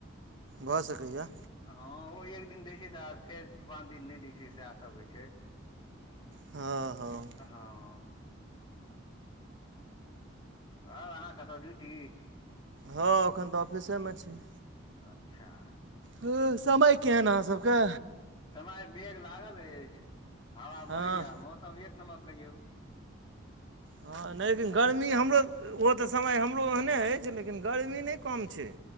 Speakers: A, on the right (about 65°); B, on the left (about 25°).
A: भऽ सकैएा।
B: हँ ओ एक दिन दै छै तऽ आ फेर पाँच दिन नहि दै छै सएह सभ होइ छै।
A: हँ हँ
B: हँ आर अहाँ कतऽ ड्यूटी?
A: हँ एखन तऽ ऑफिसे में छी।
B: अच्छा।
A: ह समय केहन अहाँ सभके?
B: समय मेघ लागल अछि, हवा
A: हँ
B: बहैया, मौसम एक नमबर कहियौ।
A: हँ, नहि लेकिन
B: एखन
A: गर्मी हमरो ओ तऽ समय हमरो ओहने अछि लेकिन गरमी नहि कम छैय।